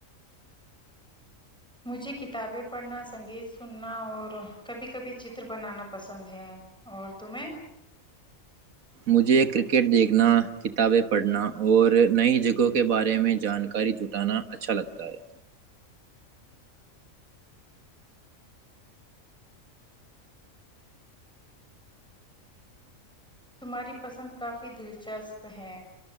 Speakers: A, in the centre; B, on the right.
A: مجھے کتابیں پڑھنا سنگیت سننا اور کبھی کبھی چتر بنانا پسند ہے اور تمہیں
B: مجھے کرکٹ دیکھنا کتابیں پڑھنا اور نئی جگہوں کے بارے میں جانکاری جٹانا اچھا لگتا ہے
A: تمہاری پسند کافی دلچسپ ہے